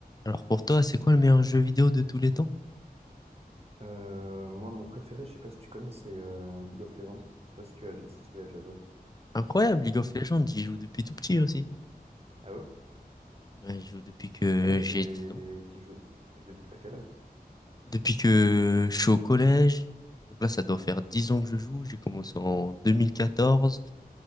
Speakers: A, on the left; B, on the right.
A: Alors pour toi, c'est quoi le meilleur jeu vidéo de tous les temps?
B: Euh, moi, mon préféré, je sais pas si tu connais, c'est euh, League of Legends. Je sais pas si tu as, si tu y as déjà joué.
A: Incroyable, League of Legends, j'y joue depuis tout petit aussi.
B: Ah ouais?
A: Ouais, j'y joue depuis que
B: Ah ouais, c'est,
A: j'ai 10 ans.
B: tu joues depuis que t'as quel âge?
A: Depuis que je suis au collège. Donc là, ça doit faire 10 ans que je joue. J'ai commencé en 2014.